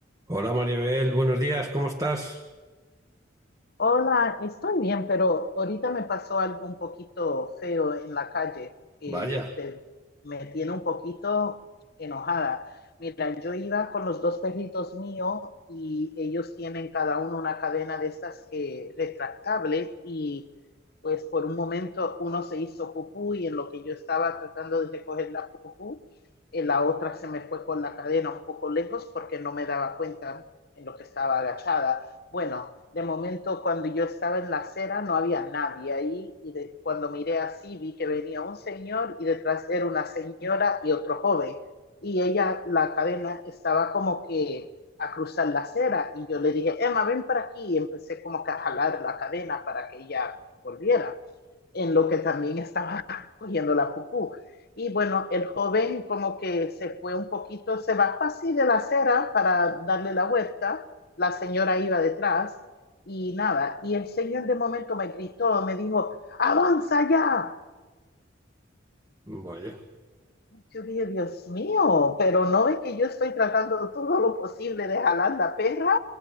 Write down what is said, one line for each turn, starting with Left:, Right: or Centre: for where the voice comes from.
Right: Hola Maribel, buenos días, ¿cómo estás?
Left: Hola, estoy bien, pero ahorita me pasó algo un poquito feo en la calle que
Right: Vaya,
Left: te- me tiene un poquito enojada. Mira, yo iba con los dos perritos míos y ellos tienen cada uno una cadena de estas que retractable y pues por un momento uno se hizo pupú y en lo que yo estaba tratando de recoger la pupú, eh, la otra se me fue con la cadena un poco lejos porque no me daba cuenta en lo que estaba agachada bueno, de momento cuando yo estaba en la acera no había nadie ahí y de, cuando miré así vi que venía un señor y detrás era una señora y otro joven y ella, la cadena estaba como que a cruzar la acera y yo le dije, Emma, ven para aquí y empecé como que a jalar la cadena para que ella volviera en lo que también estaba <laughs> cogiendo la pupú. Y bueno, el joven como que se fue un poquito, se bajó así de la acera para darle la vuelta, la señora iba detrás y nada, y el señor de momento me gritó, me dijo, avanza ya,
Right: vaya.
Left: Yo dije, Dios mío, pero no ve que yo estoy tratando todo lo posible de jalar la perra